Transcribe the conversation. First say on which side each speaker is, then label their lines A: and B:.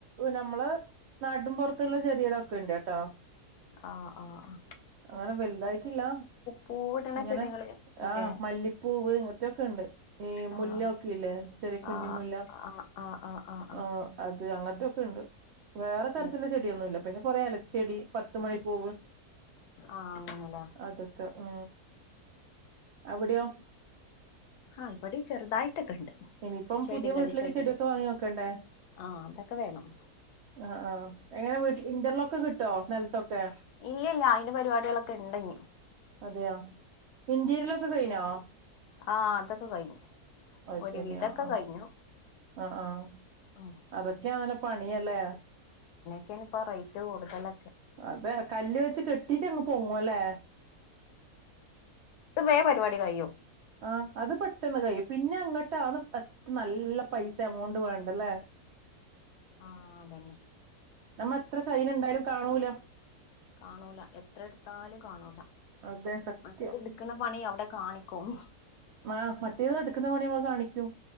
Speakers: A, on the right; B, on the left.
A: നമ്മള് നാടും പുറത്തുള്ള ചെറിയടൊക്കെ ഉണ്ട് കേട്ടോ
B: ആഹ ആഹ ആ
A: അങ്ങനെ വലുതായിട്ടില്ല
B: പൂവിടണ
A: ഇങ്ങനെ
B: ചെടികള് ഇല്ലേ
A: ആഹ് മല്ലിപ്പൂവ് മൊക്കെ ഉണ്ട് ഈ മുല്ല
B: ആഹ്
A: ഒക്കെ ഇല്ലേ അ കുഞ്ഞുമുല്ല
B: ആഹ് ആഹ് ആഹ് ആഹ് ആഹ് ആഹ്
A: ആ അത് അങ്ങത്തെയൊക്കെണ്ട് വേറെ തരത്തിലുള്ള
B: ഏ
A: ചെടിയൊന്നുമ ഇല്ല പിന്നെ കൊറെ ഇലച്ചെടി പത്ത് മണി പൂവ്
B: ആഹ് അങ്ങനെല്ലേ
A: അതൊക്കെ ഉ എവിടെയോ
B: ആഹ് ഇവിടെ ചെറുതായിട്ടൊക്കെ ഉണ്ട്
A: ഇനിയിപ്പം
B: ചെടികൾ
A: പുതിയ വീട്ടിലൊ
B: ചെടികൾ
A: ചെടിയൊക്കെ വാങ്ങി വോക്കണ്ടേ
B: ആഹ് അതൊക്കെ വേണം
A: ആ ആഹ് എങ്ങനെ വീട്ട ഇന്റർലോക്ക്കിട്ടോ നലത്തൊക്കെ
B: ഇല്ല ഇല്ല അയിന്റെ പരിപാടികളൊക്കെ ഉണ്ടെങ്കു
A: അതെയ ഇന്റീരിയലൊക്കെ കഴിനോ
B: ആഹ അതൊക്കെ കഴിഞ്ഞു
A: അ
B: ഒരു
A: ശരിയാ
B: വിധൊക്കെ
A: ആഹ
B: കഴിഞ്ഞു
A: ആഹ ആഹ
B: ഉം
A: അതൊക്കെ അങ്ങല്ലെ പണിയല്ലേ
B: ക്ക ഇപ്പോ റേറ്റ് കടുതല
A: അതെ കല്ല് വെച്ച് കെട്ടിട്ട അങ്ങ് പോങ്ങുവല്ലേ
B: അത് വേ പരിപാടി കഴോ
A: ആ അത് പെട്ടെന്ന് കൈ പിന്നെ അങ്ങോട്ടാ അത് അത്ര നല്ല പൈസ എമൗണ്ട് വേണ്ടല്ലേ
B: ആഹ അതന്നെ
A: നമ്മ എത്ര കയ്ൽ ഇണ്ടായാലും കാണൂല
B: കാണൂല എത്ര എടുത്താലും കാണൂല
A: അതെ സത്യം
B: മറ്റേ ഇത് എടുക്കുന്ന പണി അവിടെ കാണിക്കും
A: ആ മറ്റേത് എടുക്കുന്ന പണി നമ്മൾ കാണിക്കൂ